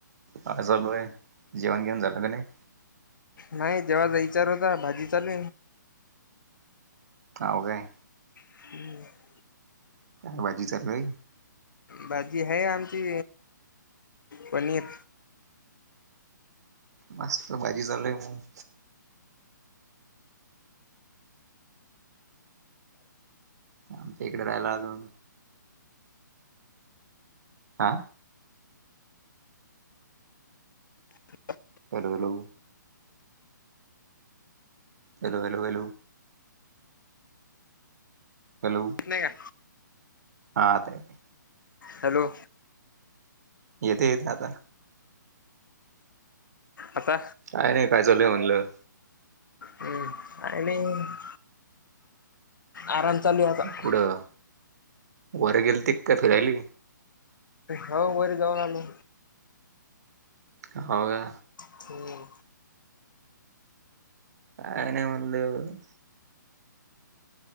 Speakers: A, on the right; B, on the left.
A: हा चालोय आहे. जेवण घेऊण झाला का नाही.
B: नाही जेव्हाचा विचार होता. भाजी चालू
A: हौ काय.
B: <inaudible>
A: <inaudible> बाजी चालू ये
B: भाजी है आमची. पनीर
A: मस्त भाजी चालूय मगं. आमच्या इकडे राहियला अलो. हा
B: <unintelligible>
A: hello hello hello hello hello hello
B: नाही का
A: हा आताय ते
B: हॅलो
A: येते येत ना आता.
B: आता.
A: आरे काय नाही काय चालू म्हणलं.
B: हम्म काय नाही मग आराम चालू आहे आता
A: कुटं वर गेलंतेत का फिरायली.
B: हो वर जाऊन आलो.
A: हो का?
B: ह.
A: काय नाही म्हणलं.